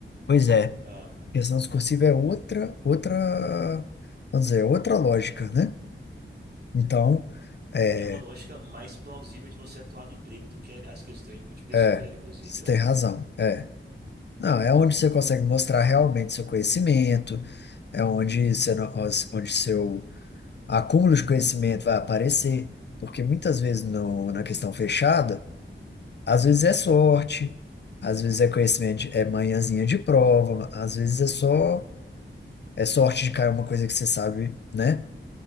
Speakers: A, on the left; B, on the right.
A: pois é,
B: Ah,
A: a questão discursiva é outra, outra, vamos dizer, outra lógica, né? Então, é,
B: e é uma lógica mais plausível de você atuar no emprego do que as questões de múltipla
A: é,
B: escolha, né, inclusive,
A: você
B: né?
A: tem razão, é. Não, é onde você consegue mostrar
B: Hum,
A: realmente seu conhecimento, é onde, você, não- os- onde seu acúmulo de conhecimento vai aparecer, porque muitas vezes no, na questão fechada, às vezes é sorte, às vezes é conhecimento, de- é manhãzinha de prova, às vezes é só É sorte de cair uma coisa que você sabe, né?